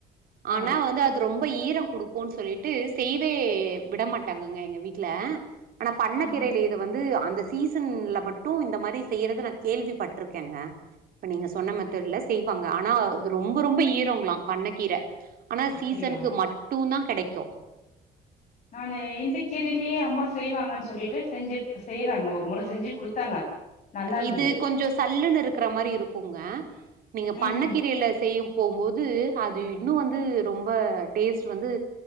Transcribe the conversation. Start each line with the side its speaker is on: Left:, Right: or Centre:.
Left: ஆ
Right: ஆனா வந்து அது இ ரொம்ப ஈரோ குடுக்குனு சொல்லிட்டு செய்வே விட மாட்டாங்கங்க எங்க வீட்டுல ஆனா பண்ண
Left: ஆஹா
Right: கீரையில <unintelligible> இது வந்து அந்த சீசன்ல மட்டு இந்த மாரி செய்யறத நா கேள்வி பட்ருக்கேங்க இப்ப நீங்க சொன்ன மாத் த்தட்ல செய்வாங்க ஆனா ரொம்ப ரொம்ப ஈரங்களா பண்ண கீர ஆனா
Left: அப்படியா
Right: சீசனுக்கு மட் டூந்தா கிடைக்கு
Left: நானு இந்த கீரைய்லயே அம்மா செய்வாங்கன்னு சொல்லிட்டு செஞ்சு ப்ப செய்றாங்க ஒரு முற செஞ்சு குடுத்தாங்க நல்லா இருந்தது
Right: இது கொஞ்சோ சல்லுன்னு இருக்கிற மாரி இருக்குங்க நீங்க
Left: ம்
Right: பண்ண
Left: ம்
Right: கீரையில செய்யும் போம் போது அது இன்னு வந்து ரொம்ப டேஸ்ட் வந்து